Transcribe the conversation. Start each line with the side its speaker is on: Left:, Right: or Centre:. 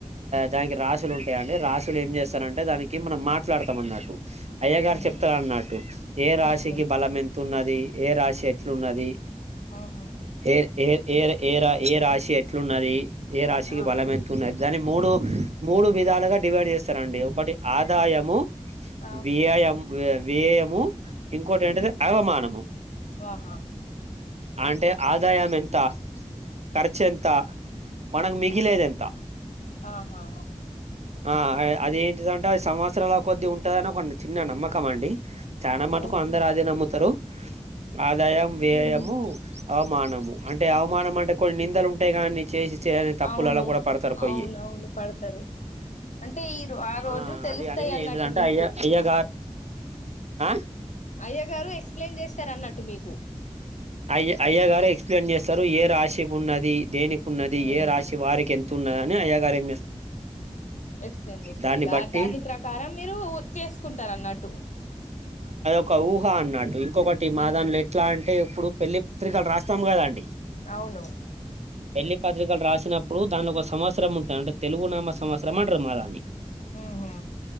Right: దానికి రాశులు ఉంటాయంండి రాశు ఏం చేస్తారంటే దానికి మనం మాట్లాతాం అన్నట్టు అయ్య గారు
Left: ఉహు
Right: చెప్తర్ అన్నట్ ఏ రాశికి
Left: ఉహు
Right: బలం ఎంతున్నది ఏ రాసి ఎట్లున్నది
Left: ఆహా
Right: ఏ ఏ ఏర్ ఏరాయి ఏ రాశి ఎట్లున్నది ఏ రాశికి
Left: ఆ
Right: బలం ఎంతు ఉన్నద్ దాన్ని మూడు మూడు విధాలుగా డివైడ్ చేస్తారండి ఒకటి ఆదాయము
Left: ఆ
Right: వి.
Left: Okay
Right: I. యమ్ ఏం వేయము ఇంకోటి ఏంటది
Left: ఉహు
Right: అవమానము
Left: ఆహా
Right: అంటే ఆదాయం ఎంత ఖర్చు ఎంత మనగ్ మిగిలేది ఎంత
Left: ఆహా
Right: ఆ అది ఏంటిదంటే అ సంవత్సరల కొద్ది గా ఉంటదని ఒకన్ని చిన్న నమ్మకం అండి చాలా మటుకు
Left: ఓకే
Right: అందరు అదే నమ్ముతరు ఆదాయం వ్యయము
Left: ఉహు
Right: అవమానము అంటే అవమానం కొన్ని నిందలు ఉంటాయి కానీ చేసి చేయని తప్పులు
Left: అవును
Right: అలా కూడా పడతారు పోయి
Left: అవునవును పడతారు అంటే ఈ రోజు
Right: ఆ
Left: తెలుస్తాయి
Right: అది అనేది
Left: అన్నట్టు
Right: ఏంటిది అంటే
Left: మీకు
Right: అయ్యా అయ్యా గారు ఆ
Left: అయ్య గారు ఎక్స్ప్లెయిన్ చేస్తారు అన్నట్టు మీకు
Right: అయ్య అయ్య గారు ఎక్స్ప్లెయిన్ చేస్తారు ఏ రాశి ఉన్నది దేని ఉన్నది
Left: ఉహు
Right: ఏ రాశి వారికి ఎం తున్నదని అయ్యగారే
Left: ఎక్స్ప్లెయిన్ చేస్తారు
Right: దాన్ని
Left: ఇక
Right: బట్టి
Left: దాని ప్రకారం మీరు చేసుకుంటారు అన్నట్టు
Right: ఒక ఊహా అన్నట్టు ఈ ఇంకొకటి మాదాన్లో
Left: ఉహు
Right: ఎట్లా అంటే ఇప్పుడు పెళ్లి పత్రికలు రాస్తాం కదా అండి
Left: అవును
Right: పెళ్ళి పత్రికలు రాసినప్పుడు దానికి ఒక సంవత్సరం ఉంటుంది అంటే తెలుగు నామ సంవత్సరం అంటరు మా దాన్ని
Left: ఉహు